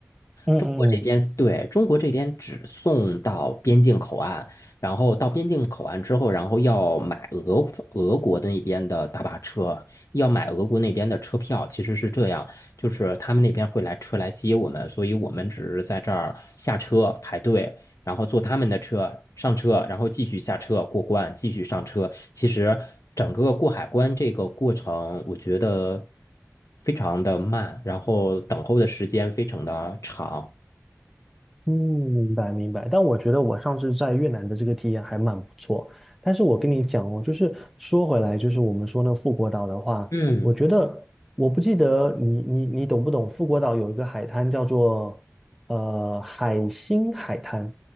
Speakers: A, in the centre; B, on the left.
A: 嗯嗯
B: 中国这边，对，中国这边只送到边境口岸。然后到边境口岸之后，然后要买俄俄国的那边的大巴车，要买俄国那边的车票。其实是这样，就是他们那边会来车来接我们，所以我们只是在这儿下车排队，然后坐他们的车上车，然后继续下车过关，继续上车。其实整个过海关这个过程，我觉得非常的慢，然后等候的时间非常的长。
A: 嗯，明白明白，但我觉得我上次在越南的这个体验还蛮不错。但是我跟你讲哦，就是说回来，就是我们说那个富国岛的话，
B: 嗯，
A: 我觉得我不记得你你你懂不懂？富国岛有一个海滩叫做呃海星海滩，